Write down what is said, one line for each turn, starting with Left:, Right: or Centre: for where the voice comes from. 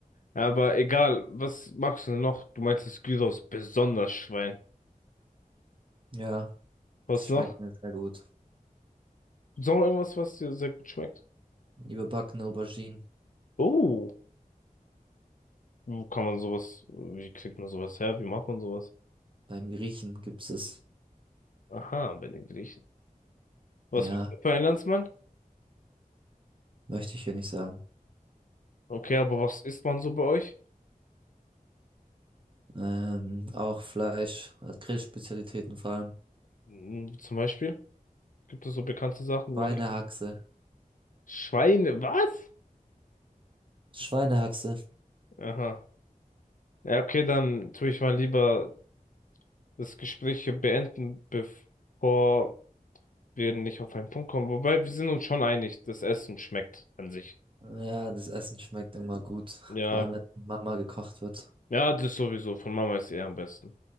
Left: Ja, Aber egal, was magst du denn noch? Du meinst, das Gyros ist besonders Schwein.
Right: Ja,
Left: Was
Right: das schmeckt
Left: noch?
Right: mir sehr gut.
Left: Ist noch irgendwas, was dir sehr gut schmeckt?
Right: Überbackene Auberginen.
Left: Oh, wo kann man sowas, wie kriegt man sowas her? Wie macht man sowas?
Right: Beim Griechen gibt's es.
Left: Aha, bei den Griechen. Was
Right: Ja,
Left: bist du für ein Landsmann?
Right: möchte ich hier nicht sagen.
Left: Okay, aber was isst man so bei euch?
Right: Ähm, auch Fleisch, äh, Grillspezialitäten vor allem.
Left: Hm, Zum Beispiel? Gibt es so bekannte Sachen, die
Right: Schweinehaxe.
Left: man kriegt? Schweine, was?
Right: Schweinehaxe.
Left: Aha. Ja, okay, dann tue ich mal lieber das Gespräch hier beenden, bevor wir nicht auf einen Punkt kommen. Wobei, wir sind uns schon einig, das Essen schmeckt an sich.
Right: Ja, das Essen schmeckt immer gut.
Left: Ja,
Right: Vor allem, wenn Mama gekocht wird.
Left: ja, das sowieso. Von Mama ist eh am besten.